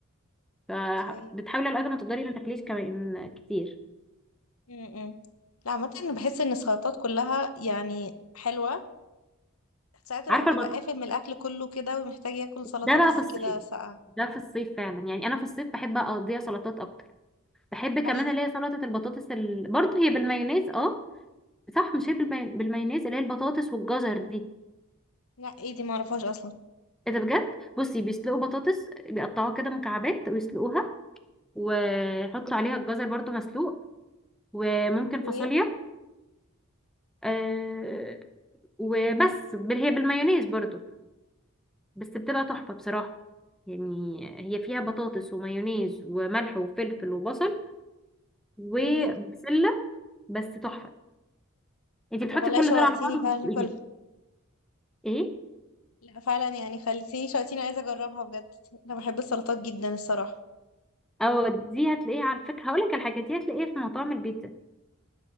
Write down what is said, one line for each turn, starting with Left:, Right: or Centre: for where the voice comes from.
Centre: فبتحاولي
Left: اوكي
Centre: على قد ما تقدري ما تاكليش كمان كتير
Left: م -م. لا عامة انا بحس ان السلطات كلها يعني حلوة ساعات الواحد
Centre: عارفة
Left: بيبقى
Centre: البط...
Left: قافل من الاكل كله كده ومحتاج ياكل
Centre: ده
Left: سلطة بس
Centre: بقى في الصيف
Left: كده ساقعة
Centre: ده في الصيف فعلا يعني انا في الصيف بحب اقضيها سلطات اكتر بحب
Left: ده
Centre: كمان
Left: حقيقي
Centre: اللي هي سلطة البطاطس ال... برضه هي بالمايونيز اه صح مش هي بالماي... بالمايونيز اللي هي البطاطس والجزر دي
Left: لا ايه دي معرفهاش اصلا
Centre: ايه ده بجد بصي بيسلقوا بطاطس بيقطعوها كده مكعبات ويسلقوها وحط عليها الجزر برضو مسلوق وممكن فاصوليا
Left: ايه
Centre: آه وبس بال- هي بالمايونيز برضو بس بتبقى تحفة بصراحة يعني هي فيها بطاطس ومايونيز وملح وفلفل وبصل وبسلة
Left: ايه
Centre: بس تحفة انت بتحطي
Left: طب والله
Centre: كل
Left: شوقتيني
Centre: دول على بعض وتسلقيها
Left: فعلا اكل
Centre: ايه
Left: لا فعلا يعني خليتيني شوقتيني عايزه اجربها بجد انا بحب السلطات جدا الصراحه
Centre: او دي هتلاقيها على فكرة هقولك على حاجة دي هتلاقيها في مطاعم البيتزا